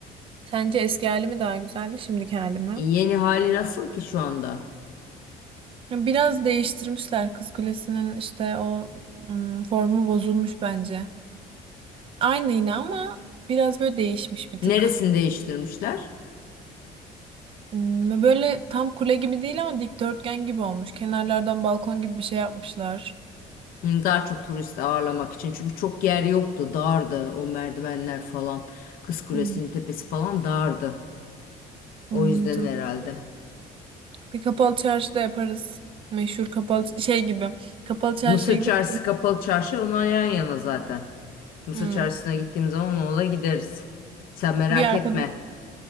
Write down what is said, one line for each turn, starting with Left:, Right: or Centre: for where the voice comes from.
Right: Sence eski hali mi daha güzeldi, şimdiki hali mi?
Left: E, Yeni hali nasıl ki şu anda?
Right: Ya Biraz değiştirmişler Kız Kulesi'nin işte o mm, formu bozulmuş bence. Aynı yine ama biraz böyle değişmiş bir
Left: Neresini
Right: tık.
Left: değiştirmişler?
Right: Mm, Böyle tam kule gibi değil ama dikdörtgen gibi olmuş. Kenarlardan balkon gibi bir şey yapmışlar.
Left: Hı, Daha çok turist ağırlamak için. Çünkü çok yer yoktu. Dardı o merdivenler falan. Kız Kulesi'nin
Right: Hmm,
Left: tepesi falan dardı.
Right: anladım.
Left: O yüzden herhalde.
Right: Bir kapalı çarşı da yaparız. Meşhur kapalı şey gibi. Kapalı çarşıya
Left: Mısır
Right: gidip
Left: Çarşısı kapalı çarşı onlar yan yana zaten. Mısır
Right: Hmm.
Left: Çarşısı'na gittiğim zaman ona da gideriz. Sen merak
Right: bir arkadaş
Left: etme.